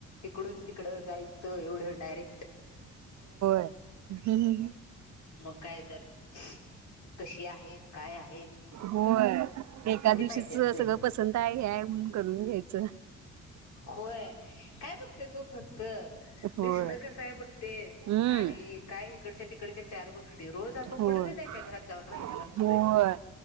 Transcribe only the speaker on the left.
इकडून तिकड जाय <unintelligible> एवढं डायरेक्ट.
मग काय तर? <inaudible> कशी आहेत? काय आ..
माहिती असते.
होय काय बघतेत ओ फक्त
दिसण कसय? बघते
आणि काय? इकडच्या त इकडेच्या चार गोष्ट रोज आपण
कुठेतरी त्यांच्या घरात जाऊन राहिलेला
असतोय,